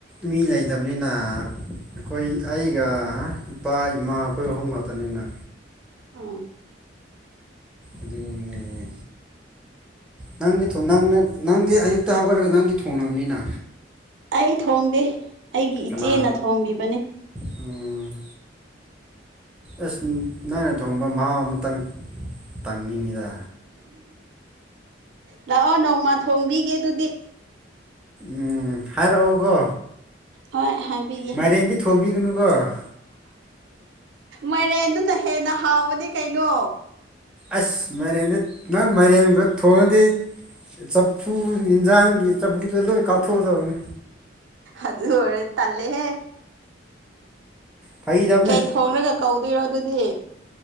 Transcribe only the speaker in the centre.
ꯃꯤ ꯂꯩꯇꯕꯅꯤꯅ ꯑꯩꯈꯣꯏ ꯑꯩꯒ ꯏꯄꯥ ꯏꯃꯥ ꯑꯩꯈꯣꯏ ꯑꯍꯨꯝ ꯈꯛꯇꯅꯤꯅ
ꯑꯗꯨꯏꯅꯤꯅꯦ ꯅꯪꯗꯤ ꯊꯣꯡ ꯅꯪꯅ ꯅꯪꯗꯤ ꯑꯌꯨꯛꯇ ꯍꯧꯒꯠꯂꯒ ꯅꯪꯗꯤ ꯊꯣꯡꯂꯝꯅꯤꯅ
ꯀꯅꯥ
ꯎꯝ ꯑꯁ ꯅꯪꯅ ꯊꯣꯡꯕ ꯃꯍꯥꯎ ꯑꯃꯇꯪ ꯇꯪꯅꯤꯡꯉꯤꯗ
ꯎꯝ ꯍꯥꯏꯔꯛꯑꯣꯀꯣ
ꯃꯥꯏꯔꯦꯟꯗꯤ ꯊꯣꯡꯕꯤꯒꯅꯨꯀꯣ
ꯑꯁ ꯃꯥꯏꯔꯦꯟꯗꯨ ꯅꯪ ꯃꯥꯏꯔꯦꯟꯕꯨ ꯊꯣꯡꯉꯗꯤ ꯆꯐꯨ ꯌꯦꯟꯖꯥꯡꯒꯤ ꯆꯐꯨꯗ ꯂꯣꯏ ꯀꯥꯎꯊꯣꯛꯑꯗꯕꯅꯤ
ꯐꯥꯒꯤꯗꯕꯅꯤ